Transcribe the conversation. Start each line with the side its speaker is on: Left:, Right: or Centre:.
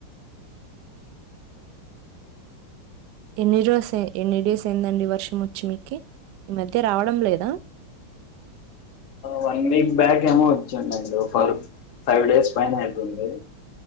Right: ఎన్ని రోసే ఎన్ని డేస్ అయిందండి వర్షం వచ్చి మీకి ఈ మధ్య రావడం లేద
Left: వన్ వీక్ బ్యాక్ ఏమో వచ్చానండి లోపలు ఫైవ్ డేస్ పైనే అయితుంది